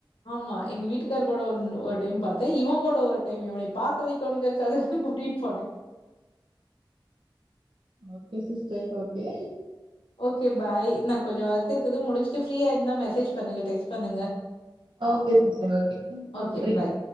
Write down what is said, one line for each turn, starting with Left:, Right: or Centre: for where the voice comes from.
Left: மா எங்க வீட்டுக்கார கூட ஒன் ஒரு டைம் பார்த்தே இவன் கூட ஒரு டைம் இவன பாக்க வைக் தோணுங்க கத கூட்டிட்டு போனே
Right: okay sister okay
Left: okay bye நா கொஞ்ச வொர்க் இருக்குது முடிச்சிட்டு ஃப்ரீயாருந்தா மெசேஜ் பண்றே பண்ணுங்க டெஸ்ட் பண்ணுங்க
Right: ஓகே சிஸ்டர் ஓகே
Left: ஓகே
Right: நன்றி
Left: பாய்.